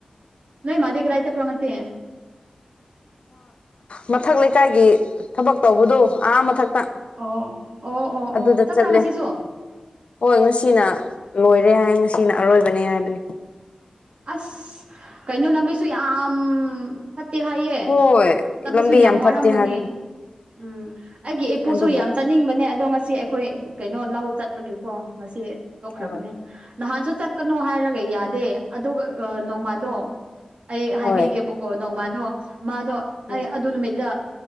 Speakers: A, on the right; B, on the left.
A: ꯅꯣꯏ ꯃꯥꯗꯤ ꯀꯗꯥꯥꯏ ꯆꯠꯄ꯭ꯔꯣꯉꯁꯤ
B: ꯃꯊꯛ ꯂꯩꯀꯥꯏꯒꯤ ꯊꯕꯛ ꯇꯧꯕꯗꯣ ꯑꯍꯥ ꯃꯊꯛꯇ
A: ꯑꯣ ꯑꯣ ꯑꯣ
B: ꯑꯗꯨꯗ
A: ꯑꯣ ꯆꯠꯄ꯭ꯔꯥ
B: ꯆꯠꯂꯦ
A: ꯉꯁꯤꯁꯨ ꯑꯣ
B: ꯍꯣꯏ ꯉꯁꯤꯅ ꯂꯣꯏꯔꯦ ꯍꯥꯏꯌꯦ ꯉꯁꯤꯅ ꯑꯔꯣꯏꯕꯅꯦ ꯍꯥꯏꯕꯅꯤ
A: ꯑꯁ ꯀꯩꯅꯣ ꯂꯝꯕꯤꯁꯨ ꯌꯥꯝ ꯐꯠꯇꯦ ꯍꯥꯏꯌꯦ
B: ꯍꯣꯏ
A: ꯆꯠꯄꯁꯨ
B: ꯂꯝꯕꯤ
A: ꯌꯥꯝ ꯋꯥꯔꯝꯒꯅꯤ
B: ꯐꯠꯇꯦ ꯍꯥꯏꯕꯅꯤ
A: ꯎꯝ ꯑꯩꯒꯤ ꯏꯄꯨꯁꯨ
B: ꯑꯗꯨꯕꯨ
A: ꯌꯥꯝ ꯆꯠꯅꯤꯡꯕꯅꯦ ꯑꯗꯣ ꯉꯁꯤ ꯑꯩꯈꯣꯏ ꯀꯩꯅꯣ ꯂꯧ ꯆꯠꯄꯒꯤꯀꯣ ꯉꯁꯤ ꯇꯣꯛꯈ꯭ꯔꯕꯅꯦ
B: ꯍꯣꯏ
A: ꯅꯍꯥꯟꯁꯨ ꯆꯠꯀꯅꯨ ꯍꯥꯏꯔ ꯈꯔꯒ ꯌꯥꯗꯦ ꯑꯗꯨꯒ ꯅꯣꯡꯃꯥꯗꯣ ꯑꯩ ꯍꯥꯏꯕꯤꯒꯦꯕꯀꯣ
B: ꯍꯣꯏ
A: ꯅꯣꯡꯃꯥꯗꯣ ꯃꯥꯗꯣ
B: ꯎꯝ
A: ꯑꯩ ꯑꯗꯨ ꯅꯨꯃꯤꯠꯇ